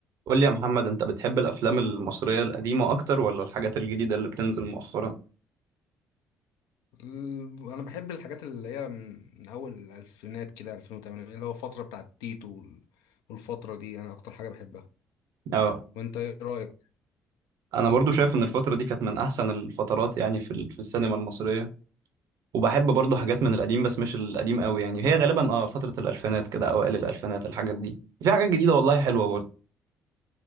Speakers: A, on the right; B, on the left.
A: قول لي يا محمد انت بتحب الافلام المصريه القديمه اكتر ولا الحاجات الجديده اللي بتنزل مؤخرا
B: ال- انا بحب الحاجات اللي هي من من اول الالفينات كده 2008 اللي هو الفتره بتاعت تيتو وال- والفتره دي انا اكتر حاجه بحبها
A: اه
B: وانت ايه رايك
A: انا برضو شايف ان الفتره دي كانت من احسن الفترات يعني في ال- في السينما المصريه وبحب برضو حاجات من القديم بس مش القديم قوي يعني هي غالبا اه فتره الالفينات كده اوائل الالفينات الحاجات دي في حاجات جديده والله حلوه برضو